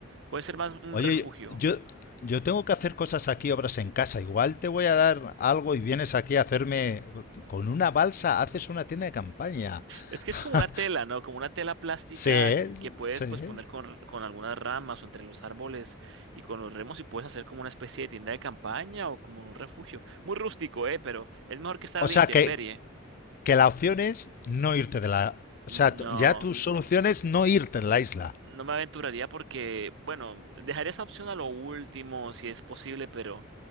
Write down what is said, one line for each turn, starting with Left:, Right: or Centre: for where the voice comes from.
Right: Puede ser más un
Left: Oye,
Right: refugio.
Left: yo, yo tengo que hacer cosas aquí, obras en casa. Igual te voy a dar algo y vienes aquí a hacerme con una balsa, haces una tienda de campaña.
Right: Es que
Left: <laughs>
Right: es como una tela, ¿no? Como una tela plástica
Left: Sí,
Right: que puedes
Left: sí.
Right: pues poner con, con algunas ramas o entre los árboles y con los remos y puedes hacer como una especie de tienda de campaña o como un refugio. Muy rústico, ¿eh? Pero es mejor que estar
Left: O
Right: a la
Left: sea,
Right: intemperie.
Left: que, que la opción es no irte de la... O
Right: No,
Left: sea, t- ya tu solución es no irte de la isla.
Right: n- no me aventuraría porque, bueno, dejaría esa opción a lo último si es posible, pero